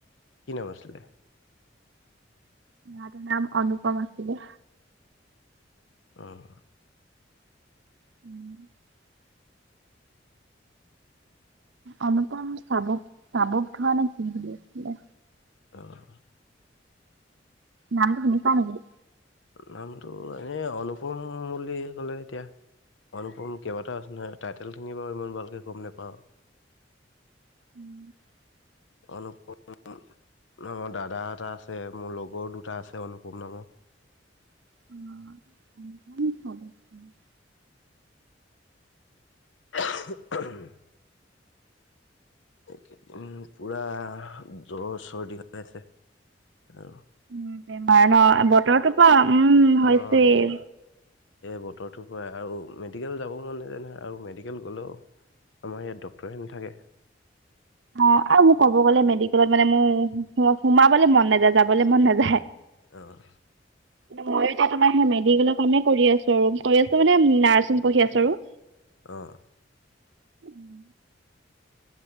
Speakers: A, on the left; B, on the right.
A: কি নাম আছিলে?
B: ল'ৰাটোৰ নাম অনুপম আছিলে।
A: অহ।
B: <inaudible> অনুপম চাব-চাবত ধোৱা নে কি বুলি আছিলে।
A: অহ।
B: নামটো চিনি পোৱা নেকি?
A: নামটো এনেই অনুপম বুলি কলে এতিয়া অনুপম কেইবাটাও আছে নহয়, টাইটেল খিনি বাৰু ইমান ভালকে গম নোপাওঁ।
B: <inaudible>
A: অনুপ-ম- মোৰ দাদা এটা আছে, মোৰ লগৰ দুটা আছে অনুপম নামৰ।
B: <unintelligible>
A: <unintelligible> এইকেইদিন পুৰা জ্বৰ, চৰ্দী, কাহ হৈ আছে আৰু।
B: উ বেমাৰ ন বতৰটো পৰা উম হৈছেই।
A: অঁ এই বতৰটোৰ পৰাই আৰু মেডিকেল যাব মন নেযায় নহয় আৰু মেডিকেল গ'লেও আমাৰ ইয়াত ডক্তটৰে নেথাকে।
B: অ আৰু মোক ক'ব গ'লে মেডিকেলত মানে মোৰ সোমাবলে মন নাযায়, যাবলৈ মন নাযায়।
A: আহ।
B: মইো তোমাৰ সেই মেডিকেলৰ কামে কৰি আছো আৰু, কৰি আছো মানে, নাৰ্ছিং পঢ়ি আছো আৰু।
A: আহ।
B: <inaudible>